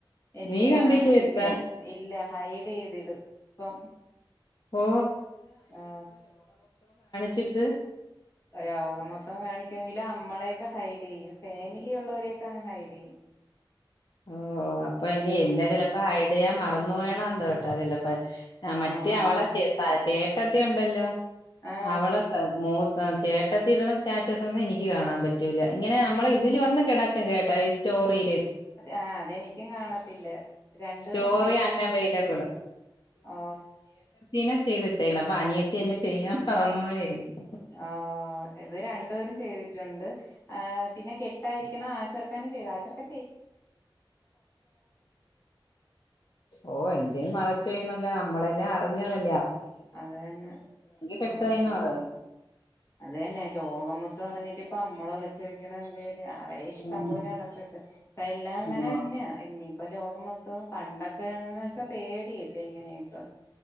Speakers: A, on the left; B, on the left.
A: എനിക്ക്
B: നീ കണ്ടില്ലായിരുന്ന
A: കാണത്തില്ല ഇല്ല ഹൈഡെയ്തിടും പ്പം
B: ഓ
A: ആ
B: ച്ചിട്ട്
A: ലോകം മൊത്തം കാണിക്കുവെങ്കിലും നമ്മളെയെക്കെ ഹൈടെയും ഫാമിലി ഉള്ളവരൊക്കെ ങ്ങനെ ഹൈഡ്
B: ഓ അപ്പൊ ഇനി
A: ഉം
B: എന്നെ ചെലപ്പ ഹൈഡയ്യാ മറ ന്നു വേണോ എന്തോ കേട്ടാ ചിലപ്പ ആ മറ്റേ
A: ആഹ്
B: അവളെ
A: ആഹ്
B: ചേർതാ ചേട്ടത്തി ഒണ്ടല്ലോ
A: ആഹ്
B: അവള സ മൂ പ്പം ചേട്ടത്തി ഇട്ണ സ്റ്റാറ്റസ് ഒന്നും എനിക്ക് കാണാൻ പറ്റൂല്ല ഇങ്ങനെ ആം മ്മളെ ഇതില് വന്ന് കെടക്കും കേട്ടാ ഈ സ്റ്റോറി
A: ആ അതെനിക്കും കാണത്തില്ല രണ്ടുപേരേം
B: സ്റ്റോറി
A: ഹൈഡ്
B: അൺഅവൈലബിള്
A: ചെയ്ത് വെച്ചേക്കാണ് ഓ
B: ന്നെ ചെയ്തിട്ടേക്കണേ അപ്പൊ അനിയത്തി എന്നെ ചെയ്യാംമറന്ന് പോയെയിരിക്കും
A: ആ ഇത് രണ്ടുപേരും ചെയ്തിട്ടുണ്ട് ആ പിന്നെ കെട്ടായിരിക്കണം ആച്ചറ്ക്കനും ചെയ്ത് ആചെർക്ക
B: ഓ എന്തിന് മറച്ച് വയ്ക്കണ് എല്ലാം നമ്മളെല്ലാം അ <unintelligible>
A: അത് തന്നെ
B: കെട്ടുകയെന്ന്
A: ആ ആ
B: പറയും
A: അത് തന്നെ ലോകം മൊ പറഞ്ഞിട്ട്പ്പ നമ്മെളെ വിളിച്ചോയ്ക്കണേ എന്തേ അവരെ ഇഷ്ടം
B: ഉം
A: പോലെ നടക്കട്ടെ ഇപ്പ എല്ലാം അങ്ങനെ
B: ഓ
A: തന്നെയ ഇ ഇപ്പൊ ലോകം മൊത്തം പണ്ടൊക്കെണന്ന് വെച്ചാ പേടിയല്ലേ ഇങ്ങനെയൊക്കെ